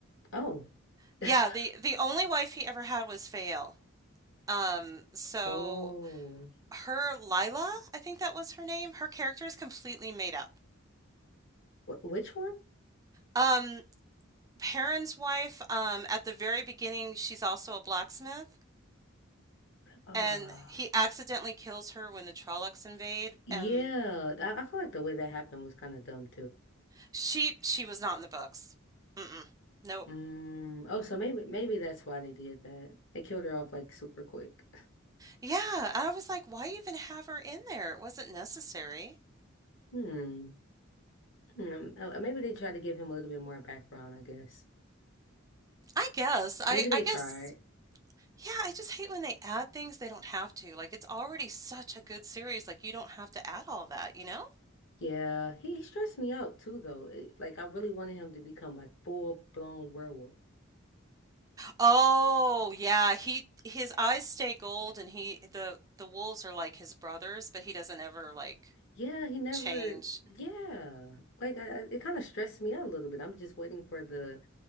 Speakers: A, on the left; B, on the right.
A: Oh.
B: Yeah,
A: <laughs>
B: the the only wife he ever had was Fael. Um, so
A: Oh.
B: her Lila, I think that was her name, her character is completely made up.
A: Wh which one?
B: Um, Perrin's wife, um, at the very beginning, she's also a blacksmith,
A: Uh
B: and he accidentally kills her when the Trollocs invade.
A: yeah.
B: Um,
A: I, I feel like the way that happened was kind of dumb
B: she she was not in the books. Mm-mm. Nope.
A: Mm, oh, so maybe maybe that's why they did that. They killed her off like super quick.
B: Yeah, I was like, why even have her in there? It wasn't necessary.
A: Hmm. Hmm. uh, Maybe they tried to give him a little bit more background, I guess.
B: I guess. I
A: Maybe they
B: I guess
A: tried.
B: Yeah, I just hate when they add things they don't have to. Like, it's already such a good series. Like, you don't have to add all that, you know?
A: Yeah, he, he stressed me out too, though. It- like I really wanted him to become like full blown werewolf.
B: Oh, yeah. He his eyes stay gold, and he the the wolves are like his brothers, but he doesn't ever like
A: Yeah, he never.
B: change.
A: Yeah, like I, I- it kind of stressed me out a little bit. I'm just waiting for the